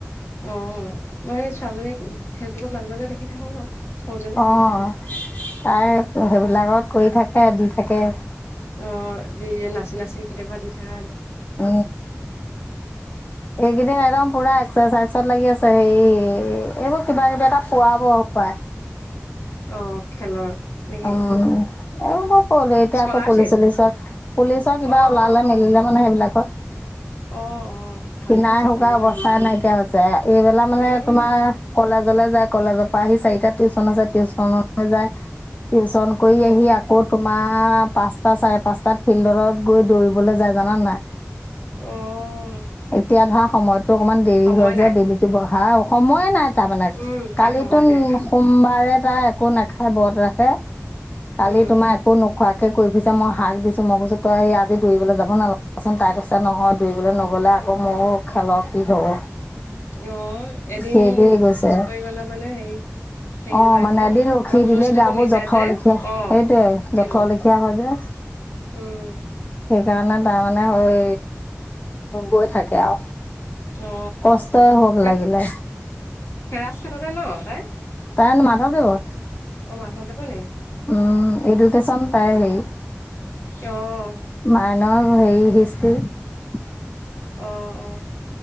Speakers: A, on the left (about 55°); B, on the left (about 30°).
A: অ মই সেই ছোৱালীজনীক, ফেচবুকত মাজে মাজে দেখি থাকো বাৰু। সৰুজনী
B: অ তাই সেইবিলাকত। কৰি থাকে দি থাকে।
A: অ যিয়ে নাচি-নাচি কেতিয়াবা দি থাকা দেখো।
B: উ। এইকেইদিন একদম পুৰা এক্সেচাইজ। ছত লাগি আছে হে এইবোৰ কিবা কিবি এটা পোৱাব হ'ব পায়।
A: অ খেলৰ। নেকি
B: অ। অ মই। হলেও অকৌ এতিয়া
A: স্কলাৰশ্বিপ
B: আকৌ পুলিচ চুলিচত। পুলিচৰ কিবা
A: অ
B: ওলালে
A: অ
B: মেলিলে মানে সেইবিলাকত
A: অ অ
B: ক্ষীণাই
A: ভালে হৈছে
B: শুকাই
A: কৰিব
B: অৱস্থাই
A: লাগে
B: নাইকিয়া হৈছে। সেইয়া। এইবেলা মানে
A: এই
B: তোমাৰ কলেজ। কলেজেলৈ যায় কলেজৰ পৰা আহি চাৰিটা টিউশন আছে টিউশনটো যায়। টিউচন কৰি
A: অ
B: আহি আকৌ তোমাৰ। মা পাঁচটা চাৰে পাঁচটাত ফিল্ডৰলৈ গৈ দৌৰিবলৈ যায় জানান নাই?
A: অ
B: এতিয়া ধৰা। সময়ত। টো অকমান দেৰি
A: সময়
B: হৈ যে
A: নাই
B: বেলিটো বহ হাও সময় নাই। তাৰ মানে
A: উম তাই
B: কালি
A: সময়
B: তোন
A: নাই
B: সোমবাৰে তাই একো নাখায় ব্ৰত ৰাখে। কালি
A: উম
B: তোমাৰ একো নোখ খোৱাকৈ কৰি ফুৰিছে মই হাক দিছোঁ। মই কৈছোঁ তই আজি দৌৰিবলৈ যাব নালাগে চোন। তাই কৈছে নহয় দৌৰিবলৈ নগ'লে আকৌ ময়ো খেল কি হ'ব।
A: অ এদিন
B: সেইদৰে গৈছে
A: পিছ পৰি গলে মানে হে হেৰি
B: অঁ
A: নহয়
B: মানে
A: আকৌ
B: এদিন ৰখি
A: অকমান জোজটো
B: দিলে গাবোৰ
A: কমি যায়।
B: জঠৰ
A: যে
B: লেখীয়া সেইটোৱে
A: অ সেইটো
B: জথৰ লেখীয়া
A: উম
B: হয় যে সেই।
A: উম
B: সেইকাৰণে তাই মানে হৈ গৈ থাকে আৰু।
A: অ,
B: কষ্টই হওক
A: তাই
B: লাগিলে
A: খেৰাচ খাটতে ন? তাই
B: তাই এনে মাধৱদেৱত?
A: অ মাধৱদেৱৰ নেকি?
B: উম এডুকেশ্যন পায় হেৰি।
A: অহ।
B: আইনৰ হেৰি হিষ্ট্ৰ্ৰী।
A: অহ অ।